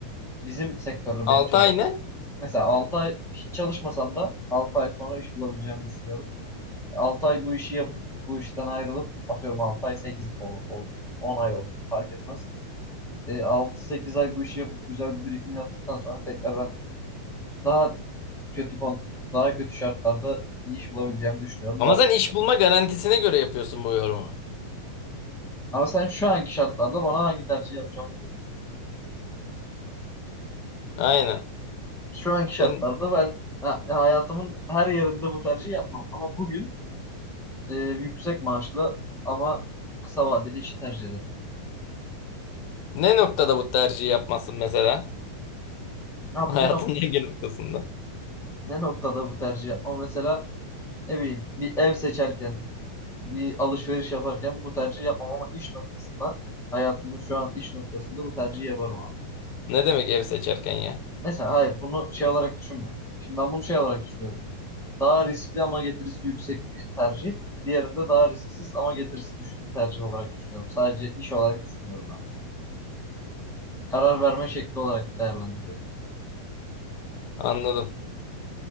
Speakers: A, in the centre; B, on the left.
A: bizim sektörle
B: 6
A: benim çalış
B: ay ne?
A: mesela 6 ay hiç çalışmasam da 6 ay sonra iş bulabileceğimi düşünüyorum. 6 ay bu işi yapıp bu işten ayrılıp atıyorum 6 ay 8 olsun 10 ay olsun fark etmez. Ee, 6-8 ay bu işi yapıp güzel bir birikim yaptıktan sonra tekrar ben daha kötü kon daha kötü şartlarda bir iş bulabileceğimi düşünüyorum.
B: Ama
A: Bu-
B: sen iş bulma garantisine göre yapıyorsun bu yorumu.
A: Ama sen şu anki şartlarda bana hangi tercih yapacağımı soruyorsun.
B: Aynen.
A: Şu anki şartlarda
B: Sen
A: ben ha- hayatımın her yerinde bu tercihi yapmam. Ama bugün e, yüksek maaşlı ama kısa vadeli işi tercih ederim.
B: ne noktada bu tercihi yapmazsın mesela? <laughs>
A: Abi
B: Hayatın
A: ne nok
B: hangi noktasında?
A: ne noktada bu tercih yapmam? Mesela ne bileyim bir ev seçerken, bir alışveriş yaparken bu tercihi yapmam ama iş noktasında hayatımın şu an iş noktasında bu tercihi yaparım abi.
B: Ne demek ev seçerken ya?
A: Neyse hayır bunu şey olarak düşünme. Şimdi ben bunu şey olarak düşünüyorum. daha riskli ama getirisi yüksek bir tercih. Diğerinde daha risksiz ama getirisi düşük bir tercih olarak düşünüyorum. Sadece iş olarak düşünmüyorum ben bunu. Karar verme şekli olarak değerlendiriyorum.
B: Anladım.